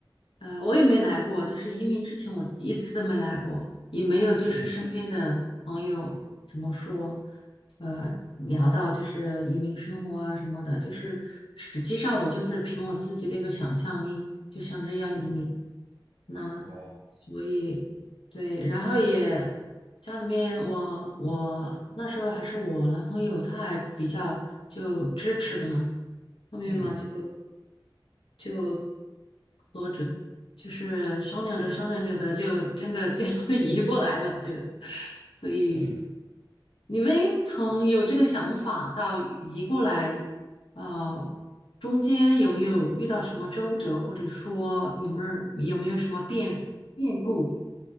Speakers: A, on the left; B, on the right.
A: 呃，我也没来过，就是移民之前我一次都没来过，也没有就是身边的朋友怎么说，
B: 嗯
A: 呃，聊到就是移民生活啊什么的，就是实际上我就是凭我自己的一个想象力，就想着要移民。
B: 嗯，
A: 那所以对，
B: 哇哦，
A: 然后也家里面我我那时候还是我男朋友，他还比较就支持的嘛，后面嘛就。
B: 嗯
A: 就。波折，就是商量着商量着的，就真的就要 <laughs> 移过来了，就，所以
B: 嗯
A: 你们从有这个想法到移过来，呃，中间有没有遇到什么周折，或者说有没有有没有什么变变故？